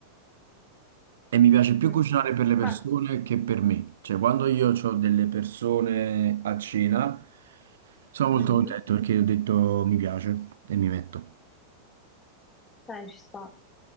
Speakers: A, on the right (about 60°); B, on the left (about 20°).
A: E mi piace più
B: mm.
A: cucinare per le
B: Ma,
A: persone che per me. Cioè, quando io ho delle persone a cena, sono molto
B: mhm,
A: contento perché ho detto mi piace e mi metto.
B: dai, ci sta.